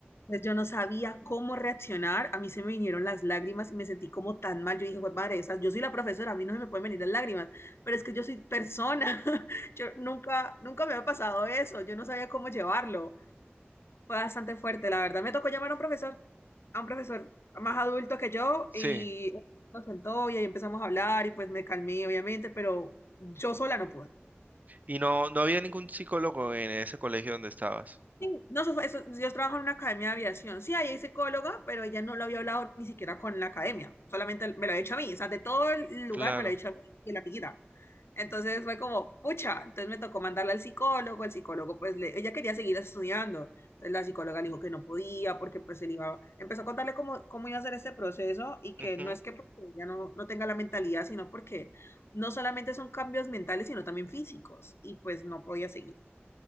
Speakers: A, on the left; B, on the right.
A: Entonces yo no sabía cómo reaccionar, a mí se me vinieron las lágrimas y me sentí como tan mal. Yo dije, pues madre, o sea, yo soy la profesora, a mí no se me pueden venir las lágrimas, pero es que yo soy persona, <laughs> yo nunca, nunca me había pasado eso, yo no sabía cómo llevarlo. Fue bastante fuerte, la verdad. Me tocó llamar a un profesor, a un profesor más adulto que yo
B: Sí.
A: y nos sentó y ahí empezamos a hablar y pues me calmé, obviamente, pero yo sola no pude.
B: Y no, no había ningún psicólogo en ese colegio donde estabas.
A: Sí, No, eso fue- eso- yo trabajo en una academia de aviación. Sí, ahí hay psicóloga, pero ella no lo había hablado ni siquiera con la academia. Solamente me lo había hecho a mí. O sea, de todo el lugar
B: Claro.
A: me lo había hecho a mí y la amiguita. Entonces fue como, pucha, entonces me tocó mandarla al psicólogo, el psicólogo pues le, ella quería seguir estudiando, entonces la psicóloga le dijo que no podía porque pues él iba, empezó a contarle cómo, cómo iba a hacer este proceso y que
B: ujú,
A: no es que porque ella no, no tenga la mentalidad, sino porque no solamente son cambios mentales, sino también físicos y pues no podía seguir.